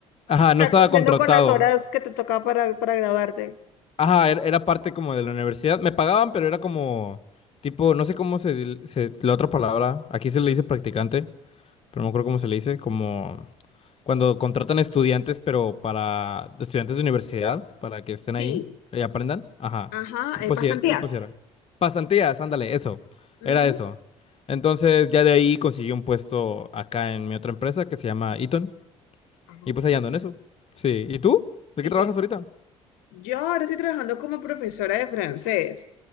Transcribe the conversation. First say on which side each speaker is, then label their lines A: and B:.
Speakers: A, on the left; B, on the left.
A: ajá, no
B: estás
A: estaba
B: cumpliendo
A: contratado.
B: con las horas que te toca para, para graduarte.
A: Ajá, era, era parte como de la universidad. Me pagaban, pero era como, tipo, no sé cómo se, dil- se, la otra palabra, aquí se le dice practicante, pero no creo cómo se le dice, como... Cuando contratan estudiantes, pero para estudiantes de universidad, para que estén ahí
B: Sí,
A: y aprendan. Ajá.
B: ajá,
A: Tipo
B: eh, pasantías.
A: si, tipo si Pasantías, ándale, eso.
B: Ujú.
A: Era eso. Entonces ya de ahí conseguí un puesto acá en mi otra empresa que se llama Eaton.
B: Ah,
A: Y pues ahí ando en eso. Sí. ¿Y tú? ¿De
B: ¿Y
A: qué trabajas
B: qué?
A: ahorita?
B: Yo ahora estoy trabajando como profesora de francés.